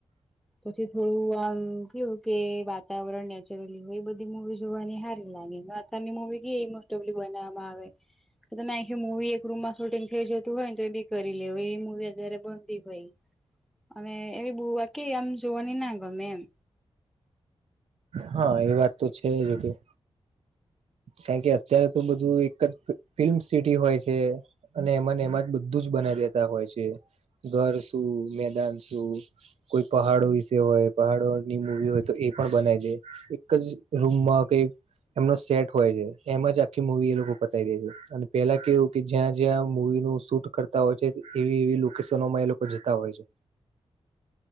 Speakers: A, in the centre; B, on the right (about 75°).
A: પછી થોડું આમ કેવું કે વા તાવરણ નેચરલી હોય એ બધી મુવી જોવાની હારી લાગે અતારની મુવી કે મોસ્ટ ઓફલી બનાવામાં આવે. તો તમે આખી મુૂવી એક રૂમ માં શૂટિંગ થઈ જતું હોય તો એ બી કરી લેવ એ મુવી અત્યારે બનતી હોય. અને એવી બુવા કે આમ જોવાની ના ગમે એમ
B: હા એ વાત તો છે જું કારણ કે અત્યારે તો બધું એક જ ફિલ્મ સિટી હોય છે. અને એમાં એમાં જ બધું જ બનાવી દેતા હોય છે, ઘર શું, મેદાન શું કોઈ પહાડો વિશે હોય પહાડોની મુૂવી હોય તો એ પણ બનાય જાય એક જ રૂમમાં કે એમનો સેટ હોય છે, એમાં જ આખી મુવી એ લોકો પતાવી દે છે અને પેલા કેવું કે જ્યાં જ્યાં મુવી નું શૂટ કર હોય છે એવી એવી લોકેશનોમાં એ લોકો જતા હોય છે.